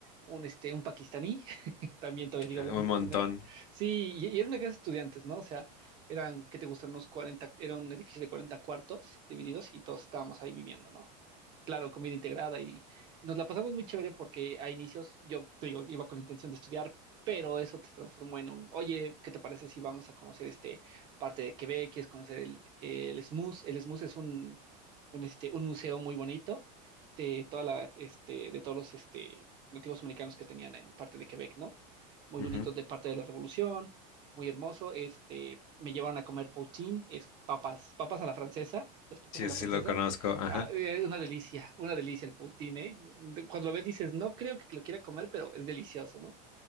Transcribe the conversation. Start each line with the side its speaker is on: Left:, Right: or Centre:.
Right: un, este, un pakistaní, <laughs> también todavía sigo
Left: eh,
Right: hablando
Left: un montón.
Right: con él. Sí, y, y era una casa de estudiantes, ¿no? O sea, eran, ¿qué te gustan? Unos 40, era un edificio de 40 cuartos divididos y todos estábamos ahí viviendo, ¿no? Claro, comida integrada y nos la pasamos muy chévere porque a inicios yo te digo, iba con la intención de estudiar, pero eso te transformó en un, oye, ¿qué te parece si vamos a conocer este parte de Quebec? ¿Quieres conocer el, el SMUS? El SMUS es un, un, este, un museo muy bonito de toda la, este, de todos los este, nativos americanos que tenían en parte de Quebec, ¿no? Muy
Left: Ujú.
Right: bonitos de parte de la Revolución, muy hermoso. Este, me llevaron a comer poutine, es papas, papas a la francesa, las papas
Left: Sí,
Right: a
Left: ese
Right: la francesa.
Left: sí lo conozco. Ajá.
Right: Ah, eh, una delicia, una delicia el poutine, ¿eh? De- Cuando lo ves dices, no creo que lo quiera comer, pero es delicioso, ¿no?